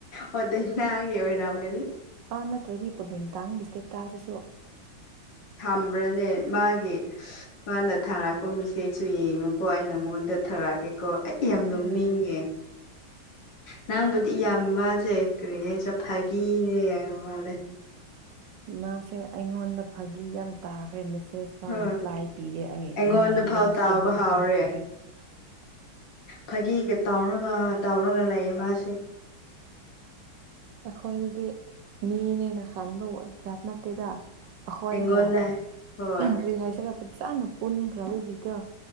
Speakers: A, on the left (about 65°); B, on the right (about 75°).
A: ꯑꯣ ꯗꯥꯢꯅꯒꯤ ꯑꯣꯏꯔꯝꯒꯅꯤ
B: ꯑꯣ ꯅꯠꯇ꯭ꯔꯗꯤ ꯄꯣꯂꯦꯡꯇꯥꯟꯒꯤ ꯏꯁꯇꯦꯠꯇꯥꯁ ꯗꯁꯨ
A: ꯊꯝꯕ꯭ꯔꯅꯦ ꯃꯥꯒꯤ ꯃꯥꯅ ꯊꯥꯔꯛꯄ ꯃꯤꯁꯦꯁꯨ ꯌꯦꯡꯉꯨꯀꯣ ꯑꯩ ꯅꯉꯣꯟꯗ ꯊꯥꯔꯛꯀꯦꯀꯣ ꯑꯩ ꯌꯥꯝ ꯅꯣꯛꯅꯤꯡꯉꯦ
B: ꯎꯝ
A: ꯅꯪꯕꯨꯗꯤ ꯏꯌꯥꯝꯕ ꯃꯥꯁꯦ ꯀꯔꯤ ꯍꯥꯏꯁꯤꯔ ꯐꯥꯒꯤꯅꯦ ꯌꯥꯝ ꯃꯥꯜꯂꯦ
B: ꯃꯥꯁꯦ ꯑꯩꯉꯣꯟꯗ ꯐꯥꯒꯤ ꯌꯥꯝ ꯇꯥꯈ꯭ꯔꯦ ꯃꯦꯁꯦꯁ ꯄꯥꯎ
A: ꯍꯣꯏ
B: ꯔꯤꯄ꯭ꯂꯥꯏ ꯄꯤꯔꯦ ꯑꯩ
A: ꯑꯩꯉꯣꯟꯗ
B: ꯃꯥꯒꯤ
A: ꯐꯥꯎ
B: ꯋꯥꯍꯨꯝꯅ
A: ꯇꯥꯎꯕ ꯍꯥꯎꯔꯦ
B: ꯇꯧꯈ꯭ꯔꯒꯦ
A: ꯐꯥꯒꯤꯒ ꯇꯧꯔꯒ ꯇꯧꯔꯒ ꯂꯩꯑꯦ ꯃꯥꯁꯦ
B: <inaudible> ꯑꯩꯈꯣꯏꯗꯤ ꯃꯤꯅꯦꯅ ꯈꯟꯕꯖꯥꯠ ꯅꯠꯇꯦꯗ ꯑꯩꯈꯣꯏꯅ
A: ꯑꯩꯉꯣꯟꯗ ꯍꯣꯏ
B: ꯀ꯭ꯔꯤ ꯍꯥꯏꯁꯤꯔ ꯐꯖꯅ ꯄꯨꯟꯈ꯭ꯔꯕꯒꯤꯀꯣ